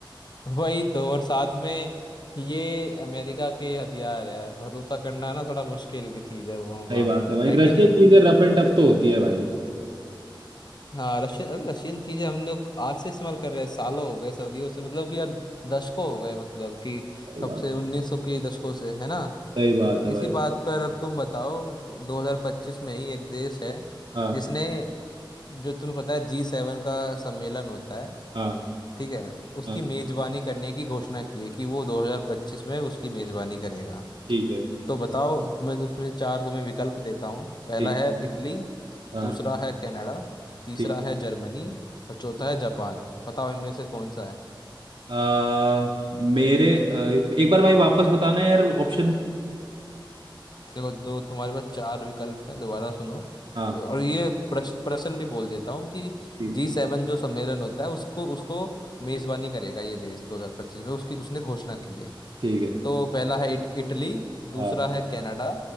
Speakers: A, on the left; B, on the right.
A: वही तो और साथ में ये अमेरिका के हथियार है भरोसा करना ना थोड़ा मुश्किल की चीज है वो वहां
B: सही बात
A: पर
B: है भाई
A: है
B: रशियन
A: कि नहीं
B: चीज़ें रफ एंड टफ तो होती है भाई
A: हाँ रशियन अरे रशियन चीजें हम लोग आज से इस्तेमाल कर रहे हैं सालों हो गए सदियों से मतलब कि यार दशकों हो गए मतलब कि
B: सही
A: कब
B: बात
A: से 1900
B: है
A: के दशकों से है ना
B: सही बात है
A: इसी
B: भाई
A: बात पर अब तुम बताओ 2025 में ही एक देश है
B: हाँ
A: जिसने जो तुम्हें पता है जी सेवन का सम्मेलन होता है
B: हाँ
A: ठीक है उसकी
B: हाँ
A: मेजबानी करने की घोषणा की है कि वो 2025 में उसकी मेजबानी करेगा
B: ठीक है
A: तो बताओ तुम्हें तो उसमें से चार तुम्हें विकल्प देता हूँ पहला
B: ठीक
A: है इटली
B: हाँ
A: दूसरा है कनाडा तीसरा
B: ठीक है
A: है जर्मनी और चौथा
B: ठीक
A: है जापान बताओ इनमें से कौन सा है
B: आ, मेरे अ, एक बार भाई वापस बताना यार ऑप्शन
A: देखो दो तुम्हारे पास चार विकल्प है दोबारा सुनो
B: हाँ
A: और ये प्रश्न प्रश्न भी बोल देता हूँ कि
B: ठीक
A: जी सेवन जो सम्मेलन होता है उसको उसको मेजबानी करेगा ये देश 2025 में उसकी उसने घोषणा की है
B: ठीक है
A: तो पहला है इट, इटली दूसरा
B: हाँ
A: है कनाडा